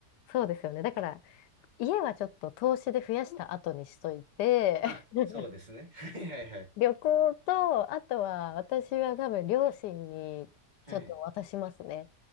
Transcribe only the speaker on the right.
あ、
そうですね。<laughs> はいはいはい。
はい。